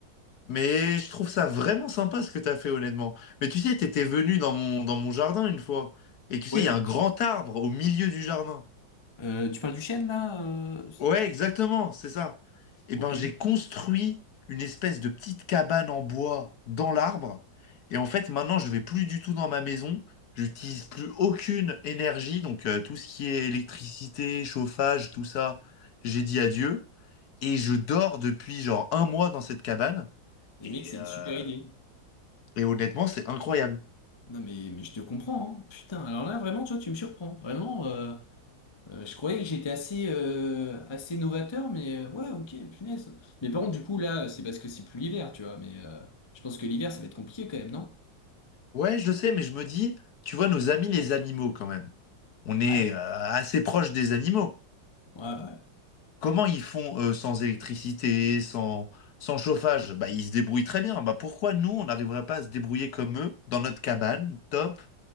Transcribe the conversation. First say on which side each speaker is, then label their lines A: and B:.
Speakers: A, on the left (about 60°); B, on the left (about 25°).
A: Mais je trouve ça vraiment sympa ce que t'as fait honnêtement. Mais tu sais, t'étais venu dans mon, dans mon jardin une fois. Et tu sais,
B: Ouais.
A: il y a un grand arbre au milieu du jardin.
B: Euh, tu parles du chêne, là? euh,
A: Ouais, exactement, c'est ça. Et
B: Ok.
A: ben j'ai construit une espèce de petite cabane en bois dans l'arbre. Et en fait, maintenant, je vais plus du tout dans ma maison. J'utilise plus aucune énergie. Donc euh, tout ce qui est électricité, chauffage, tout ça, j'ai dit adieu. Et je dors depuis genre un mois dans cette cabane.
B: Les
A: Et
B: mecs, c'est
A: euh,
B: une super idée.
A: Et honnêtement, c'est incroyable.
B: Non, mais, mais je te comprends, hein. Putain, alors là, vraiment, tu vois, tu me surprends. Vraiment, euh, Euh, je croyais que j'étais assez, euh, assez novateur, mais euh, ouais, ok, punaise. Mais par contre, du coup, là, c'est parce que c'est plus l'hiver, tu vois. Mais euh, je pense que l'hiver, ça va être compliqué quand même, non?
A: Ouais, je le sais, mais je me dis, tu vois, nos amis les animaux quand même. On
B: Ouais.
A: est euh, assez proche des animaux.
B: Ouais, ouais.
A: Comment ils font euh, sans électricité, sans, sans chauffage? Bah, ils se débrouillent très bien. Bah, pourquoi nous, on n'arriverait pas à se débrouiller comme eux, dans notre cabane, top,